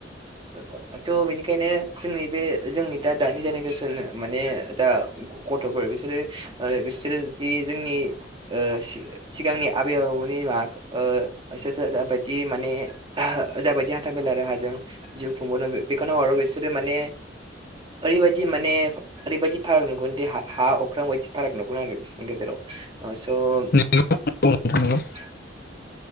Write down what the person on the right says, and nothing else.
<inaudible> थ' बेनिखायनो जोंनि बे जोंनि दा दानि जेनेरेसन माने जा खथ'फो बिसोरो आरो बिसोरोदि जोंनि ओ सि-सिगांनि आबै आबौनि माबा ओ बिसोर जाबायदि माने जाबायदि हान्था मेला राहाजों जिउ खुंबोननो दिखांना हरो बिसोरो माने ओरैबायदि माने ओरैबायदि फाराग नुगोनदि हा हा अ अख्रां बायदि फाराग नुगोन आरो बिसोनि गेजेराव ओ स' ओम
थास